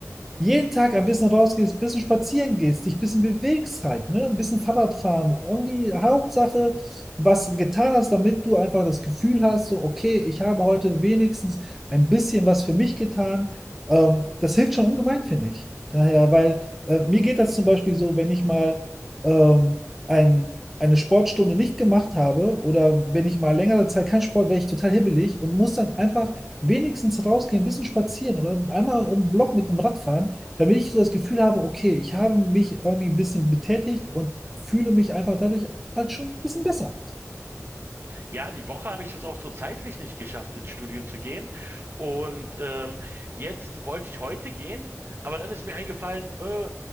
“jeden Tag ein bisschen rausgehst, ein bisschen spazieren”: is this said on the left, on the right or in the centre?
Centre